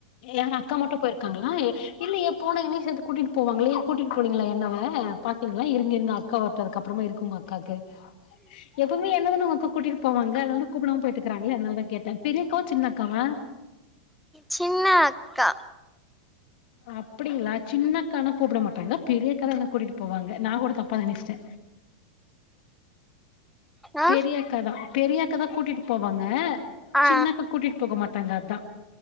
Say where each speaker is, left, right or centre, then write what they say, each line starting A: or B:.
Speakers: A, on the left; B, in the centre.
A: யாரு அக்கா மட்டு பொயிருக்காங்களா இல்லையே போன என்னையு சேத்து கூட்டிட்டு போவாங்ளே ஏ கூட்டிட்டு போலீங்ளா என்ன அவ பாத்தீங்களா இருங்க இருங்க அக்கா வர்ட்டு அதுக்கு அப்றமா இருக்கு உங்க அக்காக்கு எப்பவுமே என்னதானா உங்க அக்கா கூட்டிட்டு போவாங்க அதனாலதா கூப்டாம போய்ட்ருக்காங்ளே அதனாலதா கேட்டே பெரியக்காவா சின்னக்காவா
B: சின்ன அக்கா
A: அப்டிங்களா சின்னக்கானா கூப்டமாட்டாங்க பெரியக்காதா என்ன கூட்டிட்டு போவாங்க நா கூட தப்பா நெனச்டே
B: ஆ
A: பெரிய அக்காதா பெரியக் கா தா கூட்டிட்டு போவாங்க
B: ஆ
A: சின்னாக்கா கூட்டிட்டு போக மாட் தங்க அதா